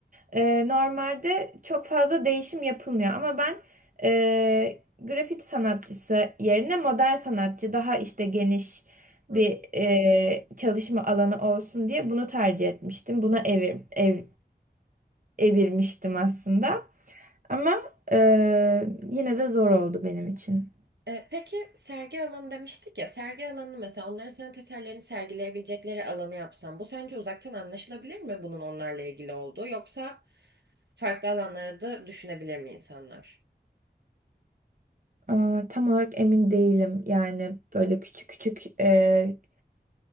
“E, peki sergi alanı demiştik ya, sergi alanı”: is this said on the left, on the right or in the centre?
Right